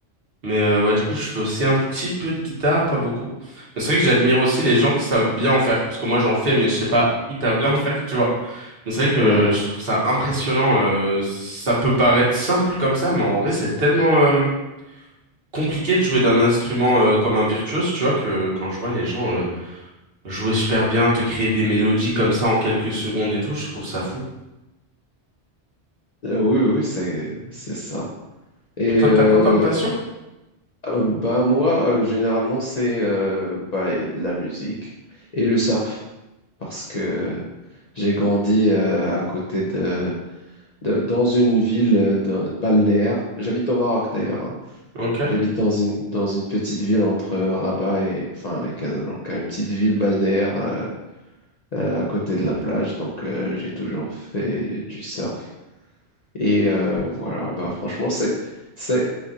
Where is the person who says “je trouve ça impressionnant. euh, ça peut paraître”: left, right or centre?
Right